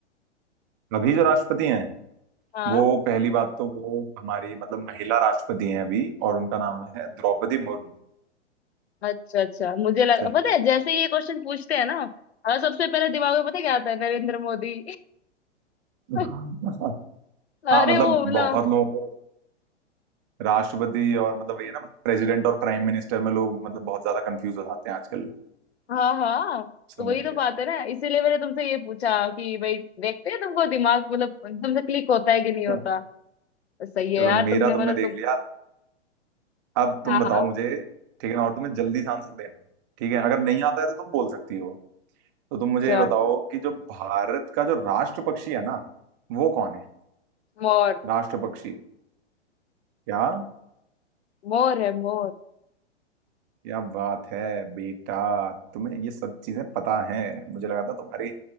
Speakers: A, on the right; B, on the left.
A: अभी जो राष्ट्रपति हैं
B: हाँ
A: वो पहली बात तो वो हमारी मतलब महिला राष्ट्रपति हैं अभी और उनका नाम है द्रौपदी मुर्मू
B: अच्छा अच्छा मुझे लग
A: से-
B: पता है जैसे ही ये क्वेश्चन पूछते हैं ना अ, सबसे पहले दिमाग में पता है क्या आता है नरेंद्र मोदी <laughs>
A: हाँ <laughs> हाँ
B: अरे
A: मतलब
B: वो
A: बहुत
B: ना
A: लोगों को राष्ट्रपति और मतलब ये ना प्रेसिडेंट और प्राइम मिनिस्टर में लोग मतलब बहुत ज्यादा कंफ्यूज हो जाते हैं आजकल
B: हाँ हाँ
A: समझ
B: तो वही तो बात
A: गया
B: है ना इसीलिए मैंने तुमसे ये पूछा कि भाई देखते हैं तुमको दिमाग मतलब तुमसे क्लिक होता है कि नहीं होता
A: हाँ।
B: सही है
A: चलो
B: यार
A: मेरा
B: तुमने मतलब
A: तुमने देख
B: तुम
A: लिया अब तुम
B: हाँ
A: बताओ
B: हाँ
A: मुझे ठीक है ना और तुम्हें जल्दी से आंसर देना है, ठीक है अगर नहीं आता है तो तुम बोल सकती हो तो तुम मुझे
B: अच्छा
A: ये बताओ कि जो भारत का जो राष्ट्र पक्षी है ना वो कौन है
B: मोर
A: राष्ट्र पक्षी क्या
B: मोर है मोर
A: क्या बात है बेटा तुम्हें ये सब चीजें पता है मुझे लगा था तुम्हारी